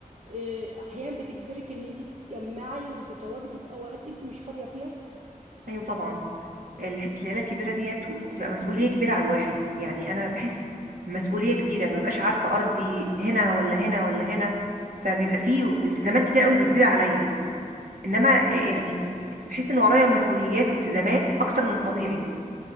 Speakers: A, on the right; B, on the right.
A: إيه، احيانا بتجبرك ان انت تتجمعي وتتواجدي في اوقات انت مش فاضيه فيها
B: ايوه طبعا الحته العيله الكبيره ديت و- تبقى مسؤوليه كبيره على الواحد يعني انا بحس مسؤوليه كبيره مببقاش عارفه ارضي هنا ولا هنا ولا هنا فبيبقى فيه التزامات كتير قوي بتزيد عليا انما
A: بالظبط
B: يعني بحس ان ورايا مسؤوليات والتزامات اكتر من الطبيعي